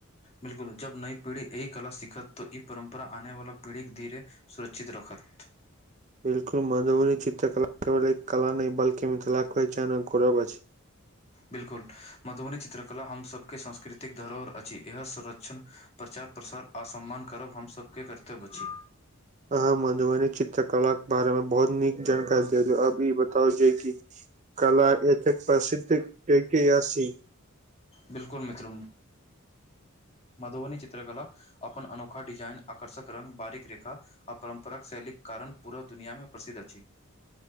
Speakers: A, on the left; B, on the right.
A: बिल्कुल जब नई पीढ़ी यह कला सिखत त इ परम्परा आने वाला पीढ़ीक धीरे सुरक्षित रखत।
B: बिल्कुल मधवनी चित्रकला केवल एक कला नै बलकि मिथिलक वहचानक गौरब अछि।
A: बिल्कुल मधुबनी चित्रकला हमसबके सांस्कृतिक धरोहर अछि इह संरक्षण प्रचार प्रसार आ सम्मान करब हमसबके कर्तव्य अछि।
B: आहाँ मधुबनी चित्रकला के बारे मे बहुत नीक जानकारी दे देव आब इ बताउ जे की कला एतेक प्रसिद्ध यै कि एसी
A: बिल्कुल मित्र मधुबनी चित्रकला अपन अनोखा डिजाइन आकर्षक रंग बारिक रेखा आ परम्पराक शैलीक कारण पूरा दुनिआमे प्रसिद्ध अछि।